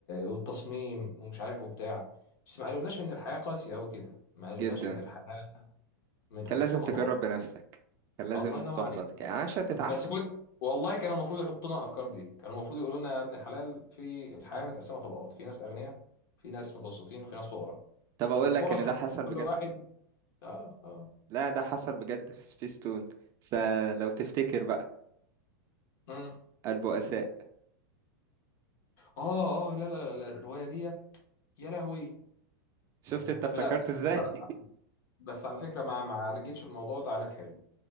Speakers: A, on the left (about 65°); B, on the right (about 30°).
A: والتصميم ومش عارف وبتاع بس ما قالولناش ان الحياه قاسيه قوي كده ما قالولناش
B: جدا
A: ان الحياه متقسمه
B: كان لازم تجرب
A: طبقات
B: بنفسك كان لازم
A: الله ينور
B: تحبط
A: عليك
B: ك- عشان تتعلم
A: بس كنت والله كان المفروض يحطوا لنا الافكار دي كان المفروض يقولوا لنا يا ابن الحلال في الحياه متقسمه طبقات في ناس اغنياء في ناس متوسطين وفي ناس فقراء
B: طب أقول
A: والفرص
B: لك إن ده حصل بجد
A: كل واحد اه اه
B: لا ده حصل بجد في سبيستون س لو تفتكر بقى
A: مم.
B: البؤساء
A: اه اه لا لا لا لا، الرواية ديت يا لهوي
B: شفت
A: آه
B: انت افتكرت
A: لا بس
B: ازاي
A: بس على فكرة ما ما عالجتش الموضوع ده علاج حلو